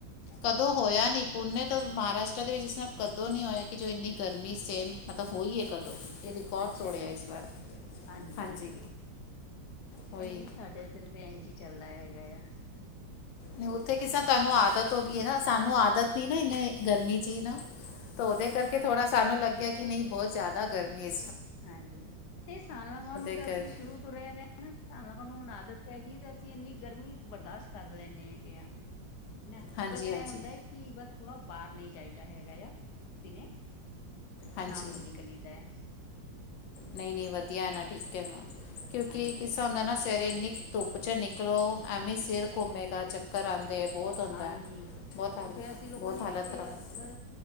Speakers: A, on the left (about 85°); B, on the left (about 65°).
A: ਕਦੋਂ ਹੋਇਆ ਨੀ ਪੂਨੇ ਮਹਾਰਾਸ਼ਟਰ ਦੇ ਵਿੱਚ ਇਸ ਤਰ੍ਹਾਂ ਕਦੋਂ ਨਹੀ ਹੋਇਆ ਕਿ ਜੋ ਇੰਨੀ ਗਰਮੀ ਸੇਨ ਮਤਲਬ ਹੋਈ ਹੈ ਕਦੋਂ ਇਹ ਰਿਕਾਰਡ
B: ਅੱਛਾ,
A: ਤੋੜਿਆ ਇਸ ਵਾਰ
B: ਹਾਂਜੀ-ਹਾਂਜੀ।
A: ਹਾਂਜੀ ਉਹੀ
B: ਨਹੀਂ ਸਾਡੇ ਇੱਧਰ ਤਾਂ ਐੰਜ ਹੀ ਚੱਲਦਾ ਹੈਗਾ ਆ।
A: ਨਹੀਂ ਉੱਥੇ ਕਿਸ ਤੁਹਾਨੂੰ ਆਦਤ ਹੋ ਗਈ ਹੈ, ਨਾ ਸਾਨੂੰ ਆਦਤ ਨੀ ਨਾ ਇਨੇ ਗਰਮੀ ਨਾ ਤਾਂ ਉਹਦੇ ਕਰਕੇ ਥੋੜਾ ਸਾਨੂੰ ਲੱਗਿਆ ਕਿ ਨਹੀਂ ਬਹੁਤ ਜ਼ਿਆਦਾ ਗਰਮੀ ਏ।
B: ਹਾਂਜੀ, ਇਹ ਸਾਲ ਲ ਨੂੰ ਤਾਂ
A: ਕਰਕੇ
B: ਅਸੀਂ ਸ਼ੁਰੂ ਤੋਂ ਰਹਿ ਰਹੇ ਹਾਂ ਨਾ ਸਾਲ ਨੂੰ ਆਦਤ ਪੈ ਗਈ ਤੇ ਅਸੀਂ ਇੰਨੀ ਗਰਮੀ ਬਰਦਾਸ਼ਤ ਕਰ ਲੈਂਦੇ ਹੈਗੇ ਆ। ਨਾ,
A: ਹਾਂਜੀ
B: ਬਸ ਇਹ
A: ਹਾਂਜੀ
B: ਹੁੰਦਾ ਹੈ ਕਿ ਬਸ ਥੋੜਾ ਬਾਹਰ ਨਹੀਂ ਜਾਈਦਾ ਹੈਗਾ ਆ, ਦਿਨੇ
A: ਹਾਂਜੀ
B: ਸ਼ਾਮ ਨੂੰ ਨਿਕਲੀ ਦਾ ਏ।
A: ਨਹੀਂ ਨਹੀਂ ਵਧੀਆ ਨਾ ਠੀਕ ਹੈ ਨਾ ਕਿਉਂਕਿ
B: ਹਾਂਜੀ
A: ਕਿ ਤਰਾਂ ਹੁੰਦਾ ਨਾ ਸਵੇਰੇ ਇੰਨੀ ਧੁੱਪ ਚ ਨਿਕ। ਨਿਕਲੋ ਐਵੇਂ ਸਿਰ ਘੁੰਮੇਗਾ ਚੱਕਰ ਆਉਂਦੇ ਹੈ ਬਹੁਤ ਹੁੰਦਾ
B: ਹਾਂਜੀ
A: ਹੈ। ਬਹੁਤ ਹਾਲਤ
B: ਉਹ ਫਿਰ ਅਸੀਂ ਲੋਕਾਂ
A: ਬਹੁਤ
B: ਨੇ
A: ਹਾਲਤ
B: ਕਿਤੇ
A: ਖਰਾਬ ਹੁੰਦੀ
B: ਅਗਰ